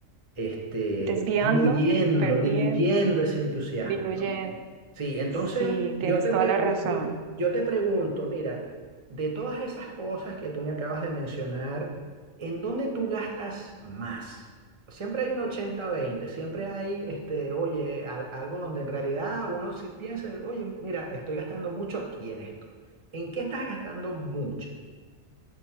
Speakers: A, on the right; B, on the right.
A: este,
B: desviando,
A: diluyendo,
B: perdiendo,
A: diluyendo ese entusiasmo,
B: diluyendo.
A: ¿no? Sí, entonces
B: Sí, tienes
A: yo te,
B: toda
A: re-
B: la razón.
A: yo, yo- yo te pregunto, mira, de todas esas cosas que tú me acabas de mencionar, ¿en dónde tú gastas más? Siempre hay un ochenta veinte, siempre hay, este, oye, al- algo donde en realidad uno sí piensa, oye, mira, estoy gastando mucho aquí en esto. ¿En qué estás gastando mucho